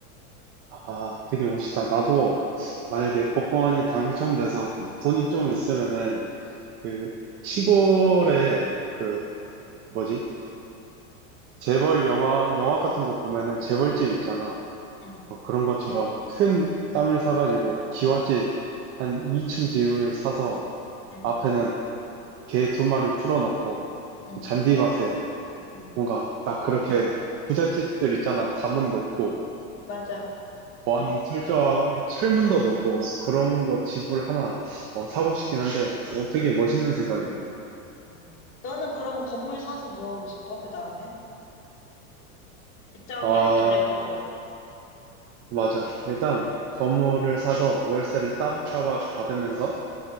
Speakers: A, on the right (about 30°); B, on the left (about 30°).
A: 아, 되게 멋있다. 나도 만약에 복권이 당첨돼서 돈이 좀 있으면은 그 시골에 그 뭐지? 재벌 영화, 영화 같은 거 보면은 재벌집 있잖아.
B: 응,
A: 뭐 그런 것처럼 큰 땅을 사가지고 기와집 한 2층 집을 사서
B: 응,
A: 앞에는 개 두 마리 풀어놓고
B: 응.
A: 잔디 맛에
B: 응.
A: 뭔가 딱 그렇게 부잣집들 있잖아. 담은 높고
B: 맞아.
A: 보안 철저 철문도 높고 그런 거 집을 하나 어, 사고 싶긴 한데 어, 되게 멋있는 생각이네.
B: 음. 너는 그럼 건물 사서 뭐 하고 싶어? 그 다음에? 직장은
A: 아
B: 계속 다닐 거고.
A: 맞아. 일단 건물을 사서 월세를 따박따박 받으면서